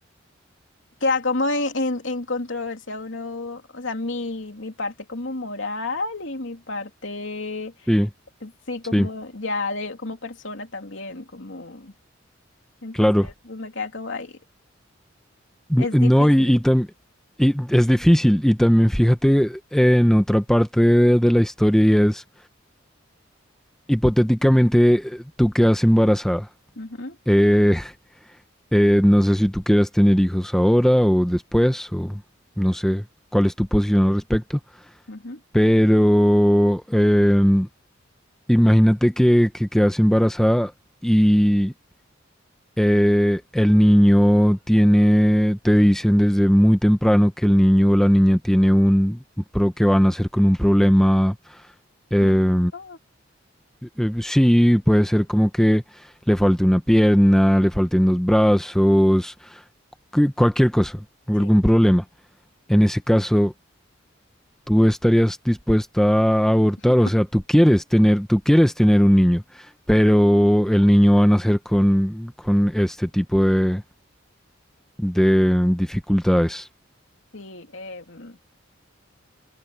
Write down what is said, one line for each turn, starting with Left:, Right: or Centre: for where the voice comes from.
Left: queda como en, en, en controversia uno, o sea, mi, mi parte como moral y mi parte,
Centre: Sí,
Left: sí,
Centre: sí,
Left: como ya de, como persona también, como, entonces
Centre: claro.
Left: uno queda como, ay, es
Centre: N-
Left: difícil.
Centre: No, y, y, tam- y es difícil. Y también fíjate en otra parte de, de la historia y es, hipotéticamente, eh, tú quedas embarazada.
Left: Ujú,
Centre: Eh, <laughs> eh, no sé si tú quieras tener hijos ahora o después, o no sé cuál es tu posición al respecto,
Left: ujú.
Centre: pero em, imagínate que, que quedas embarazada y eh, el niño tiene, te dicen desde muy temprano que el niño o la niña tiene un, pro que van a hacer con un problema. eh,
Left: Genético,
Centre: eh, sí, puede ser como que le falte una pierna, le falten dos brazos, cu- cualquier cosa, o
Left: Sí.
Centre: algún problema. En ese caso, tú estarías dispuesta a
Left: Sí,
Centre: abortar, o sea, tú quieres tener, tú quieres tener un niño, pero el niño va a nacer con, con este tipo de, de dificultades.
Left: sí, em,